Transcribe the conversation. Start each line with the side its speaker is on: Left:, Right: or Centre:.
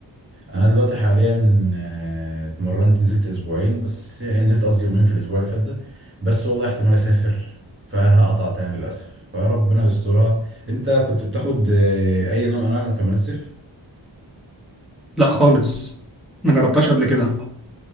Right: انا دلوقتي حاليا آه، اتمرنت نزلت اسبوعين بس يعني نزلت قصدي يومين في الاسبوع اللي فات ده بس والله احتمال اسافر فهقطع تاني للاسف فربنا يسترها انت كنت بتاخد آه، اي نوع من انواع مكملات صيف
Centre: لا خالص ما جربتهاش قبل كده